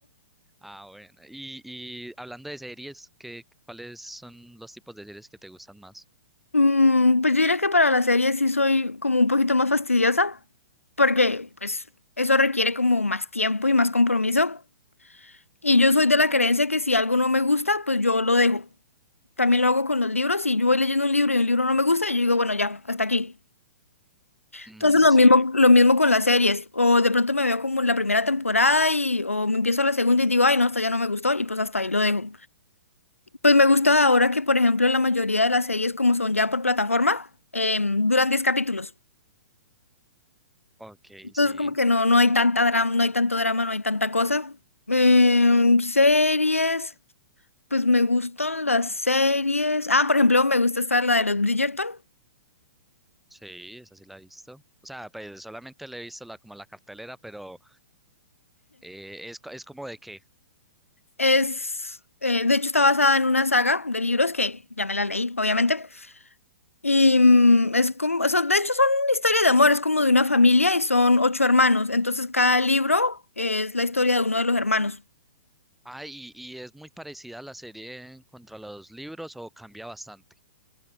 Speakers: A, in the centre; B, on the left (about 85°).
A: ah, bueno. Y, y hablando de series, ¿qué, cuáles son los tipos de series que te gustan más?
B: Mm, pues yo diría que para las series sí soy como un poquito más fastidiosa, porque pues eso requiere como más tiempo y más compromiso. Y yo soy de la creencia que si algo no me gusta, pues yo lo dejo. También lo hago con los libros. Si yo voy leyendo un libro y un libro no me gusta, yo digo, bueno, ya, hasta aquí.
A: Mm,
B: Entonces lo
A: sí,
B: mismo, lo mismo con las series. O de pronto me veo como la primera temporada y o me empiezo la segunda y digo, ay, no, esta ya no me gustó y pues hasta ahí lo dejo. Pues me gusta ahora que, por ejemplo, la mayoría de las series como son ya por plataforma, em, duran 10 capítulos.
A: ok,
B: Entonces
A: sí,
B: como que no, no hay tanta drama, no hay tanto drama, no hay tanta cosa. Em, series, pues me gustan las series. Ah, por ejemplo, me gusta esta, la de los Bridgerton.
A: sí, esa sí la he visto. O sea, pues solamente le he visto la, como la cartelera, pero eh, es, co- es como de que,
B: Es, eh, de hecho, está basada en una saga de libros que ya me la leí, obviamente. Y mm, es como, son- de hecho son una historia de amor, es como de una familia y son ocho hermanos. Entonces cada libro es la historia de uno de los hermanos.
A: ah, y, y es muy parecida a la serie contra los libros o cambia bastante.